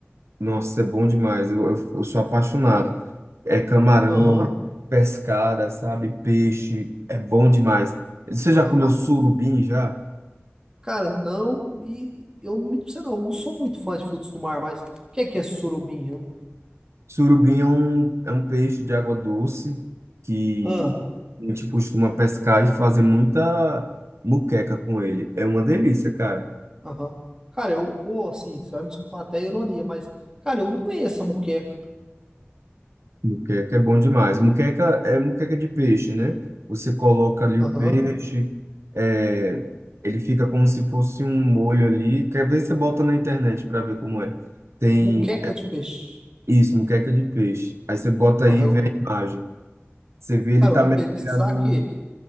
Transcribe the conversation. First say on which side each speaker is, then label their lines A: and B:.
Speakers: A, on the right; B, on the right.
A: Nossa, é bom demais. Eu, eu, eu sou apaixonado. É camarão,
B: Aham,
A: pescada, sabe? Peixe. É bom demais. Você
B: aham.
A: já comeu surubim já?
B: Cara, não, e eu não me você não, eu não sou muito fã de frutos do mar, mas o que é que é surubim? Eu-
A: Surubim é um, é um peixe de água doce que
B: Ah,
A: a gente costuma pescar e fazer muita muqueca com ele. É uma delícia, cara.
B: aham. Cara, eu vou assim, você vai me desculpar até a ironia, mas, cara, eu não conheço a muqueca.
A: Muqueca é bom demais. Muqueca é muqueca de peixe, né? Você coloca ali
B: Aham.
A: o peixe, é, ele fica como se fosse um molho ali. Quer ver? Você bota na internet para ver como é. Tem
B: Muqueca de peixe.
A: isso, muqueca de peixe. Aí você bota
B: Aham,
A: aí e
B: eu,
A: vê a imagem. Você vê
B: cara,
A: ele tá
B: eu vou
A: mergulhado,
B: pesquisar aqui.